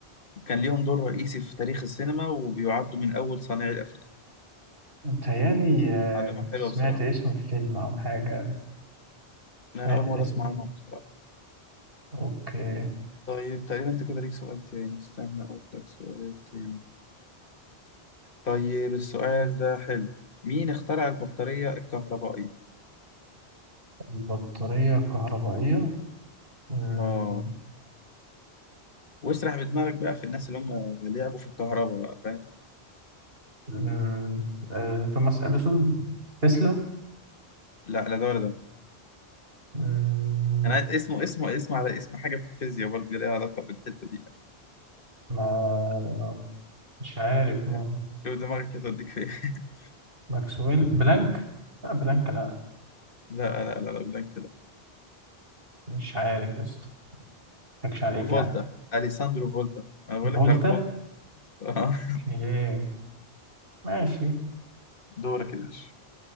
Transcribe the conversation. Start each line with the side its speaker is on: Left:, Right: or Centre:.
Left: كان ليهم دور رئيسي في تاريخ السينما وبيعدوا من أول صانعي الأفلام
Right: متهيألي آه
Left: معلومة
Right: كنت
Left: حلوة
Right: سمعت
Left: بصراحة
Right: اسمه في فيلم أو حاجة
Left: أنا
Right: سمعت
Left: أول مرة
Right: الاسم
Left: أسمع
Right: ده
Left: عنهم بصراحة
Right: أوكي
Left: طيب تقريبا أنت كده ليك سؤال تاني استنى أقول لك سؤال تاني طيب السؤال ده حلو مين اخترع البطارية الكهربائية؟
Right: البطارية الكهربائية مم،
Left: آه واسرح بدماغك بقى في الناس اللي هم لعبوا في الكهرباء بقى فاهم؟
Right: مم، آه توماس أديسون تسلا
Left: لا لا ده ولا ده
Right: مم،
Left: أنا عايز اسمه اسمه اسمه على اسم حاجة في الفيزياء برضه ليها علاقة بالحتة دي يعني
Right: ما مش عارف ما-
Left: يعني شوف دماغك كده توديك فين <laughs>
Right: ماكسويل بلانك لا بلانك لا
Left: لا لا لا لا بلاك
Right: مش عارف يا اسطى مضحكش عليك
Left: فولتا
Right: يعني
Left: اليساندرو فولتا انا بقول
Right: فولتا
Left: لك على فولتا آه. <laughs>
Right: ايه ماشي
Left: دورك يا باشا